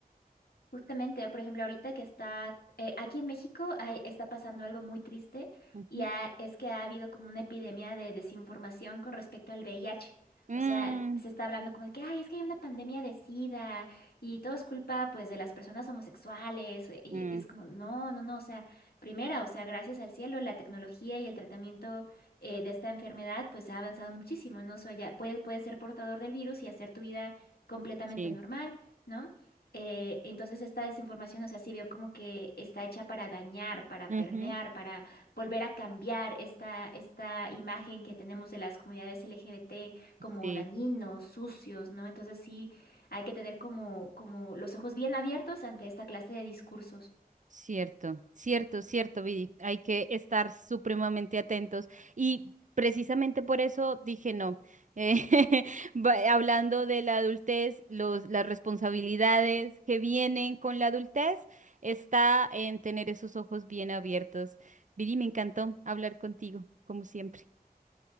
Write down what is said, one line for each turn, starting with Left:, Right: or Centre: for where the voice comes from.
Left: Justamente, por ejemplo, ahorita que está eh, aquí en México hay- está pasando algo muy triste
Right: Ujú.
Left: y ha- es que ha habido como una epidemia de desinformación con respecto al VIH.
Right: Mm,
Left: O sea, se está hablando como de que, ay, es que hay una pandemia de SIDA y todo es culpa pues de las personas homosexuales eh, y,
Right: mm,
Left: y es como, no, no, no, o sea, primera, o sea, gracias al cielo, la tecnología y el tratamiento eh, de esta enfermedad pues ha avanzado muchísimo, ¿no? O sea, ya puedes, puedes ser portador del virus y hacer tu vida completamente
Right: sí.
Left: normal. ¿no? Eh, entonces esta desinformación, o sea, sí veo como que está hecha para dañar, para
Right: ujú,
Left: permear, para volver a cambiar esta, esta imagen que tenemos de las comunidades LGBT como
Right: Sí.
Left: dañinos, sucios, ¿no? Entonces sí hay que tener como, como los ojos bien abiertos ante esta clase de discursos.
Right: Cierto, cierto, cierto, Vidi. Hay que estar supremamente atentos. Y precisamente por eso dije no. Eh, <laughs> va- hablando de la adultez, los, las responsabilidades que vienen con la adultez, está en tener esos ojos bien abiertos. Vidi, me encantó hablar contigo, como siempre.